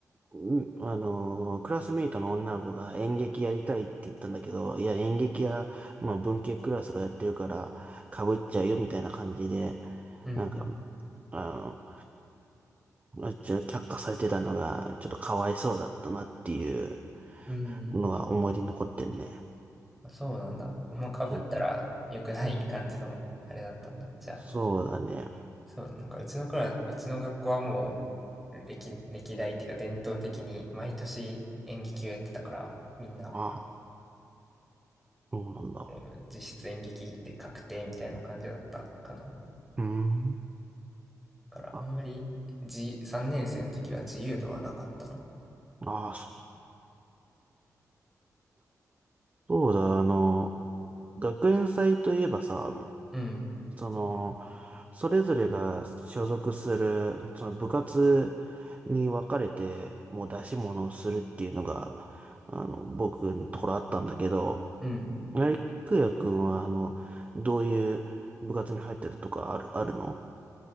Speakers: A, on the right; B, in the centre.
A: うんあの、クラスメイトの女の子が演劇やりたいって言ったんだけど、いや、演劇や、まあ文系クラスがやってるから、被っちゃうよみたいな感じで、
B: うん
A: なんか、あの、まあ、ちょっと却下されてたのが、ちょっとかわいそうだったなっていう
B: うん
A: のが思い出に残ってんね。
B: そうなんだまあかぶったら良くない感じのあれだったんだじゃあ
A: うん。そうだね。
B: そう、なんかうちのクラ、うちの学校はもう歴、歴代っていうか伝統的に毎年演劇をやってたから、みんな
A: あ、そうなんだ。
B: もう実質演劇で確定みたいな感じだったかな。だ
A: うん。
B: からあんまりじ、
A: あ、
B: 3年生の時は自由度はなかったな。
A: ああ、そ、そうだ、あの、学園祭といえばさ、
B: うん、
A: その、それぞれが所属する、その部活に分かれて、もう出し物をするっていうのが、あの、僕のところあったんだけど、
B: うん。
A: ライクヤ君は、あの、どういう部活に入ってるとかある、あるの